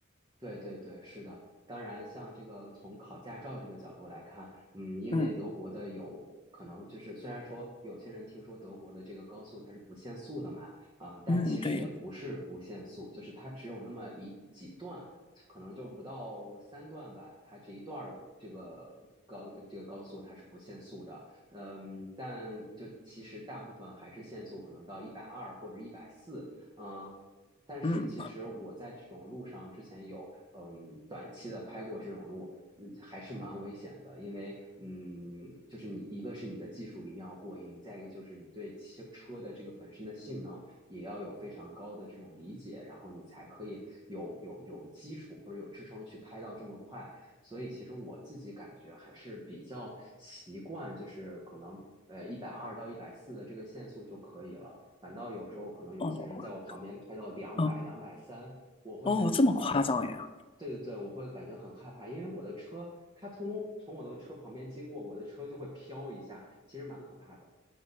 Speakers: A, on the right (about 20°); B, on the left (about 25°).
A: 对对对，是的。当然，像这个从考驾照这个角度来看，嗯，因为德国的有可能就是，
B: 嗯
A: 虽然说有些人听说德国的这个高速它是不限速的嘛，啊、但其实也不是不限速，
B: 嗯，对，
A: 就是它只有那么一几段，可能就不到三段吧，它这一段儿这个高这个高速它是不限速的，嗯，但就其实大部分还是限速，可能到一百二或者一百四。嗯，但是其实我在这种路上之前有嗯短期的开过这种路，
B: 嗯
A: 嗯还是蛮危险的，因为嗯就是你一个是你的技术一定要过硬，再一个就是你对汽车的这个本身的性能也要有非常高的这种理解，然后你才可以有有有基础或者有支撑去开到这么快。所以其实我自己感觉还是比较习惯，就是可能呃一百二到一百四的这个限速就可以了。反倒有时候可能有些人在我旁边开到两百、
B: 哦哦
A: 两百三，我会感觉很很，
B: 哦，这么夸张呀？
A: 对对对，我会感觉很害怕，因为我的车它通从我的车旁边经过，我的车就会飘一下，其实蛮可怕的。